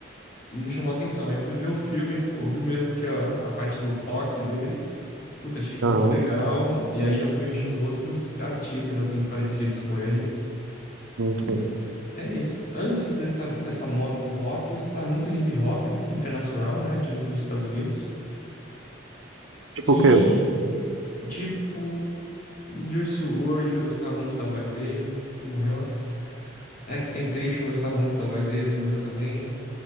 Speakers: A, on the left; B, on the right.
A: não me chamou a atenção. Aí fui ver o filme, ouvi mesmo que a, a parte do rock dele. Puta, achei muito
B: aham,
A: legal. E aí já fui achando outros artistas, assim, parecidos com ele.
B: sim,
A: E
B: sim.
A: é isso. Antes dessa, dessa moda do rock, eu escutava muito hip hop internacional, né, de- dos Estados Unidos. E,
B: Porque eu
A: tipo, Juice WRLD, eu gostava muito da voz dele. Ele morreu. XXXTentacion, eu gostava muito da voz dele. Ele morreu também.